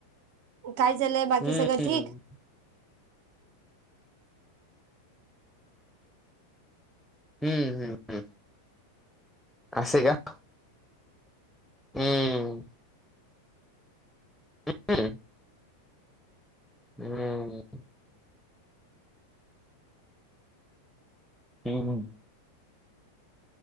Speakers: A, on the right (about 45°); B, in the centre.
A: काय चालय, बाकी
B: हम्म
A: सगळं ठीक?
B: हम्म हम्म हम्म असय का? हम्म <unintelligible> हम्म हम् हम